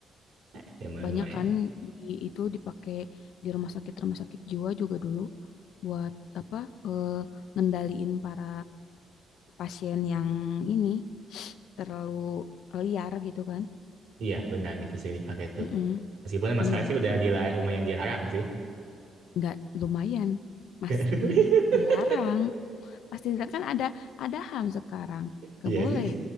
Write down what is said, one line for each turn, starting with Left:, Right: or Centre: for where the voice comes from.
Right: Nah, lumayan,
Left: Banyak
Right: lumayan.
Left: kan di, itu dipakai di rumah sakit rumah sakit jiwa juga dulu buat apa? eh, ngendaliin para pasien yang ini <sniffs> terlalu liar gitu kan?
Right: Iya, benar itu sering dipakai tuh.
Left: Mm-mm.
Right: Meskipun emang
Left: Iya.
Right: sekarang sih udah dila- lumayan dilarang sih.
Left: nggak lumayan pasti
Right: <laughs>
Left: dilarang pasti dilarang kan ada ada HAM sekarang nggak
Right: Iya
Left: boleh
Right: sih.